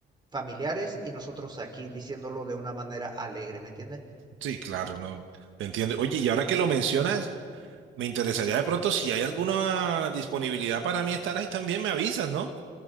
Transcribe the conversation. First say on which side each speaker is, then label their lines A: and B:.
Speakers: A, on the right; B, on the right.
A: familiares y nosotros aquí diciéndolo de una manera alegre, ¿me entiendes?
B: Sí, claro, no, te entiendo. Oye, y ahora que lo mencionas, me interesaría de pronto si hay alguna disponibilidad para mí estar ahí, también me avisas, ¿no?